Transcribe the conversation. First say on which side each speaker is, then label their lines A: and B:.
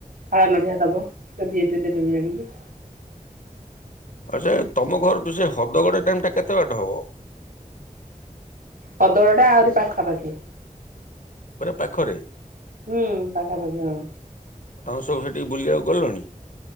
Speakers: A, on the right; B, on the left.
A: ଫାଳ ନଡିଆ ଦବ। କ ଦେଏ ଦେବେ ଆଣିବ।
B: ଆଚ୍ଛା ତମ ଘରଠୁ ସେ ହ୍ରଦଗଡ଼ ଟାଇମ ଟା କେତେ ବାଟ ହବ?
A: ହଦଗଡଟା ଆହୁରି ପାଖାପାଖି।
B: ପୁରା ପାଖରେ।
A: ହୁଁ ପାଖାପାଖି ହଁ।
B: ଆଉ ସବୁ ସେଠିକି ବୁଲିବାକୁ ଗଲଣି?